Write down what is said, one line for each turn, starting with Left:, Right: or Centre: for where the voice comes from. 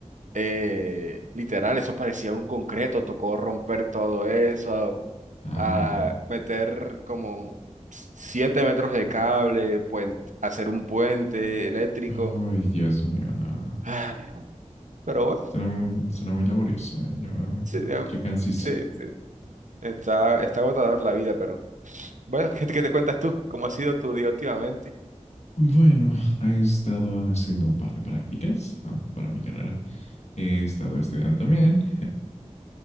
Right: eh, literal, eso parecía un concreto, tocó romper todo eso,
Left: Ay,
Right: a,
Left: no.
Right: meter como siete metros de cable, puen- hacer un puente eléctrico.
Left: Ay, Dios mío, no.
Right: <sighs> Pero bueno,
Left: Será muy, será muy laborioso, eh. Yo,
Right: sí, ya,
Left: qué cansino.
Right: sí, sí. Está, está agotador la vida, pero bueno, <laughs> ¿qué, te qué te cuentas tú? ¿Cómo ha sido tu día últimamente?
Left: Bueno, he estado haciendo un par de prácticas, ¿no? Para mi carrera. He estado estudiando también.